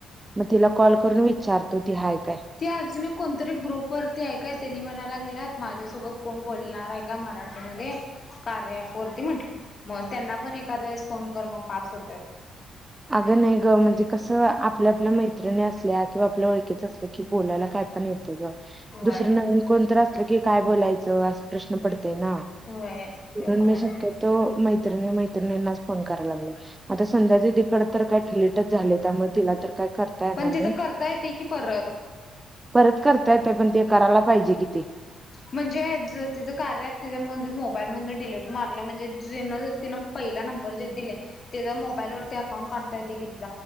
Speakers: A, on the right; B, on the left.
A: मग तिला कॉल करून विचारतो ती हाय? काय
B: त्या आजुन कोणतरी ग्रुप वरती आहे काय, तेनी म्हणा लागल्यात माझ्यासोबत कोण बोलणार आहे का मराठीमध्ये कार्या अँप वरती म्हंटलं, मग त्यांना पण एखाद्या वेळेस फोन कर मग पाच होत्यात
A: अगं नाही ग म्हणजे कसं आपल्या आपल्या मैत्रिणी असल्या किंवा आपल्या ओळखीच्या असल्या कि बोलायला काय पण येतय ग.
B: होय.
A: दुसर नवीन कोणतरी असलं की काय बोलायचं अस प्रश्न पड तय ना.
B: होय
A: म्हणून
B: ते पण
A: मी
B: आहे
A: शक्यतो मैत्रिणी मैत्रिणींनाच फोन करायला लागलोय. आता संध्या दीदी कड काय डीलीटच झाले. त्यामुळे तिला तर काय करता येणार
B: पण
A: नाही
B: तिचं करता येतंय की परत.
A: परत करता येतोय पण ते करायला पाहिजे कि ती.
B: म्हणजे ज तिथं कार्या ॲप तिच्या म्हणजे मोबाईल मधन डिलीट मारलंय म्हणजे जिन तिनं पहिला नंबर जे दिले, तेज मोबाईलवर ते अकाउंट काढता येतंय की